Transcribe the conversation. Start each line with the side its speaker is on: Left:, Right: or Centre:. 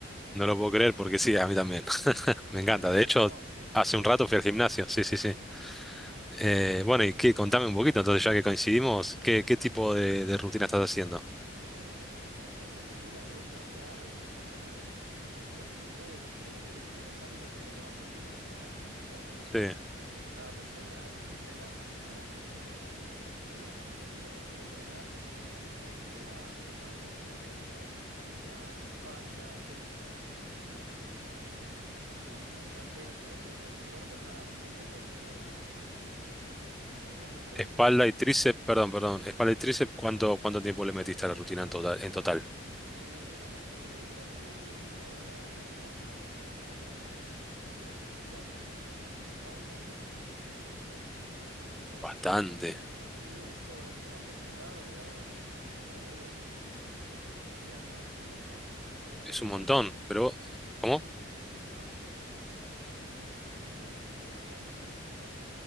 Centre: No lo puedo creer porque sí, a mí también. <laughs>
Right: <laughs> Ajá,
Centre: Me encanta. De
Right: mira
Centre: hecho,
Right: vos, che.
Centre: hace
Right: <laughs>
Centre: un rato fui al gimnasio, sí, sí, sí.
Right: Sí.
Centre: Eh, bueno, y qué, contame un poquito, entonces ya que coincidimos, ¿qué, qué tipo de, de rutina estás haciendo?
Right: Uy, a mí, a mí me gusta vender rutinas, me gusta variar, a mí me gusta ver eh, videos en YouTube, ¿viste? Ir implementando también nuevas rutinas, nuevas formas de entrenar,
Centre: Sí.
Right: porque viste que cada persona entrena a su manera, eso es un hecho. Este, hoy, por ejemplo, fui a entrenar, hoy tuve un día bastante intenso, un día de espalda, tríceps, y la verdad que lo, lo sentí bastante, hoy creo que mi cuerpo ya siente que entrenar bien, este, pero sí, ¿y vos qué entrenaste
Centre: Espalda
Right: hoy?
Centre: y tríceps, perdón, perdón. Espalda y tríceps, ¿cuánto, cuánto tiempo le metiste a la rutina en total? En total?
Right: Y digamos que invertí una hora y media más o menos de entrenamiento, entre más o menos cuatro ejercicios de espalda, cuatro ejercicios de tríceps. Este,
Centre: Bastante.
Right: es, es- y eso es un aproximado, digamos, de- del promedio que, de, de mi día a día en el gimnasio, ¿no? Y vos que
Centre: Es un
Right: tuviste
Centre: montón,
Right: que...
Centre: pero...
Right: Sí, es,
Centre: ¿Cómo?
Right: sí. No, digo que, eh, que habías entrenado vos, iba a preguntar.